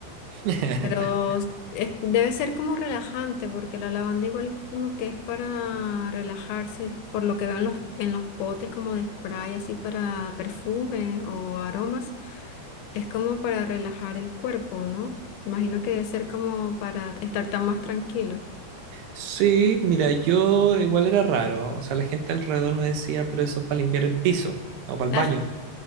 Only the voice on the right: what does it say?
<laughs>
Sí, mira, yo igual era raro. O sea, la gente alrededor me decía, pero eso es para limpiar el piso o para el
baño.